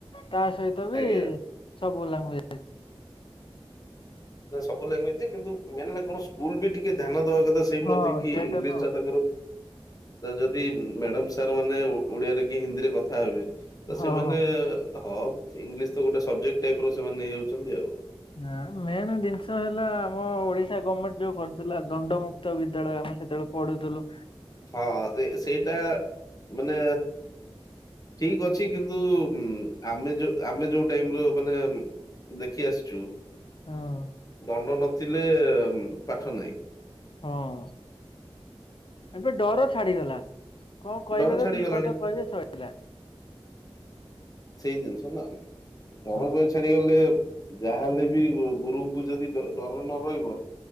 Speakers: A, on the left (about 60°); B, on the left (about 35°).
A: ତା ସହିତ ବି
B: ଆଜ୍ଞା।
A: ସବୁ ଲାଙ୍ଗୁଏ
B: ନା ସବୁ ଲାଙ୍ଗୁଏଜ ଯେ କିନ୍ତୁ ମେନ ହେଲା କଣ ସ୍କୁଲ ବି ଟିକେ ଧ୍ୟାନ ଦବା କଥା ସେଇ
A: ହଁ
B: ପ୍ରତିକି
A: ସେଇଟା
B: ଇଂଲିଶ
A: ତ
B: ଟା ତାଙ୍କର ତ ଯଦି ମ୍ୟାଡମ ସାର୍ ମାନେ ଓଡିଆରେ କି ହିନ୍ଦୀରେ କଥା ହେବେ ତ
A: ହଁ
B: ସେମାନେ
A: ହଁ।
B: ହଁ ଇଂଲିଶ ତ ଗୋଟେ ସବଜେକ୍ଟ ଟାଇପ ର ସେମାନେ ନେଇ ଯାଉଚନ୍ତି ଆଉ।
A: ନା ମେନ୍ ଜିନିଷ ହେଲା ଆମ ଓଡିଶା ଗମେଣ୍ଟ୍ ଯୋଉ କରିଥିଲା ଦଣ୍ଡମୁକ୍ତ ତ ବିଦ୍ୟାଳୟ ଆମେ ସେତବେଳେ ପଢୁଥିଲୁ।
B: ହଁ ସେଇଟା ମାନେ ଠିକ୍ ଅଛି। ଅଛି କିନ୍ତୁ ଆମେ ଯୋଉ ଆମେ ଯୋଉ ଟାଇମ୍ ର ମାନେ ଦେଖି ଆସିଚୁ।
A: ହୁଁ।
B: ଦଣ୍ଡ ନଥିଲେ ପାଠ ନାହିଁ।
A: ହଁ ଏବେ ଡର ଛାଡିଗଲା। କଣ କହିବେ
B: ଡର ଛାଡିଗଲାଣି
A: ତ ଦି ପଦ କହିବେ ସଇଲା।
B: ସେଇ ଜିନିଷ ନା ଡ଼ର
A: ହଁ
B: ଭୟ ଛା ଡିଗଲେ ଯାହାହେଲେ ବି ଗୁରୁଙ୍କୁ ଯଦି ଡ଼ ଡର ନ ରହିବ